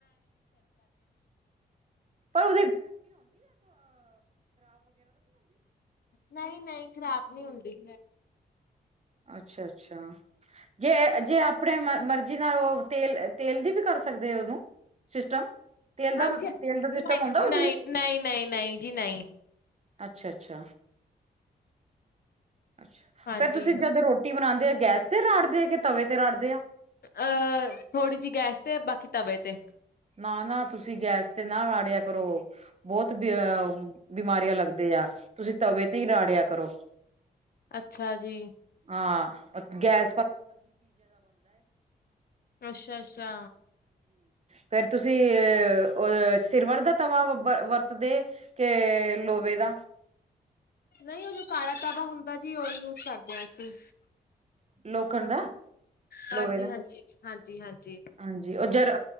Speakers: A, on the right (about 35°); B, on the left (about 60°).
A: ਪਰ
B: ਨਹੀਂ -ਨਹੀਂ ਖ਼ਰਾਬ ਨੀ ਹੁੰਦੀ।
A: ਅੱਛਾ -ਅੱਛਾ ਜੇ- ਜੇ ਆਪਣੇ ਮਤ ਮਰਜੀ ਨਾਲ ਉਹ ਤੇਲ -ਤੇਲ ਦੀ ਵੀ ਕਰ ਸਕਦੇ, ਉਹਨੂੰ ਸਿਸਟਮ। ਤੇਲ ਦਾ
B: ਹਾਂਜੀ,
A: ਤੇਲ ਦਾ ਸਿਸਟਮ
B: ਨਹੀਂ
A: ਹੁੰਦਾ ਉਹਦੇ
B: -ਨਹੀਂ-
A: ਵਿੱਚ
B: ਨਹੀਂ- ਨਹੀਂ ਜੀ ਨਹੀਂ
A: ਅੱਛਾ -ਅੱਛਾ। ਅੱਛਾ,
B: ਹਾਂਜੀ
A: ਫੇਰ ਤੁਸੀਂ ਜਦ ਰੋਟੀ ਬਣਾਂਦੇ ਓ ਗੈਸ ਤੇ ਰਾੜਦੇ ਓ, ਕਿ ਤਵੇ ਤੇ ਰਾੜਦੇ ਓ।
B: ਅਹ ਥੋੜ੍ਹੀ ਜਿਹੀ ਗੈਸ ਤੇ, ਬਾਕੀ ਤਵੇ ਤੇ।
A: ਨਾ- ਨਾ ਤੁਸੀਂ ਗੈਸ ਤੇ ਨਾ ਰਾੜਿਆ ਕਰੋ, ਬਹੁਤ ਬਿਮਾਰੀਆਂ ਲੱਗਦੇ ਆ, ਤੁਸੀਂ ਤਵੇ ਤੇ ਹੀ ਰਾੜਿਆ ਕਰੋ।
B: ਅੱਛਾ ਜੀ,
A: ਹਾਂ, ਗੈ-
B: ਅੱਛਾ, ਅੱਛਾ।
A: ਫਿਰ ਤੁਸੀਂ ਅ ਅ ਸਿਰਵਰ ਦਾ ਤਵਾ ਵ ਵਰਤਦੇ, ਕੇ ਲੋਵੇ ਦਾ।
B: ਨਹੀਂ ਉਹ ਜੋ ਕਾਲਾ ਤਵਾ ਹੁੰਦਾ ਜੀ, ਉਹਹੀ ਯੂਜ਼ ਕਰਦੇ। ਹਾਂ ਅਸੀਂ।
A: ਲੋਕਨ ਦਾ।
B: ਹਾਂਜੀ-ਹਾਂਜੀ,
A: ਲੋਵੇ ਦਾ,
B: ਹਾਂਜੀ-ਹਾਂਜੀ।
A: ਹਾਂਜੀ ਉਹ ਜਰ